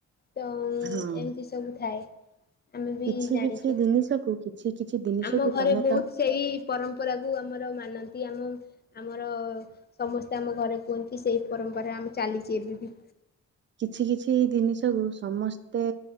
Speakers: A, on the left; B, on the right.
A: ତ ଏମିତି
B: ହଁ
A: ସବୁ ଥାଏ। ଆମେ ବି
B: କିଛି
A: ଜାଣିଛୁ।
B: କିଛି ଜିନିଷକୁ କିଛି କିଛି ଜିନିଷକୁ
A: ଆମ ଘରେ
B: ତମେ
A: ବହୁତ
B: ତ
A: ସେଇ ପରମ୍ପରାକୁ ଆମର ମାନନ୍ତି ଆମ ଆମର ସମସ୍ତେ ଆମ ଘରେ କୁହନ୍ତି ସେଇ ପରମ୍ପରା ଆମ ଚାଲିଛି ଏବେ ବି
B: କିଛି କିଛି ଦିନିସ କୁ ସମସ୍ତେ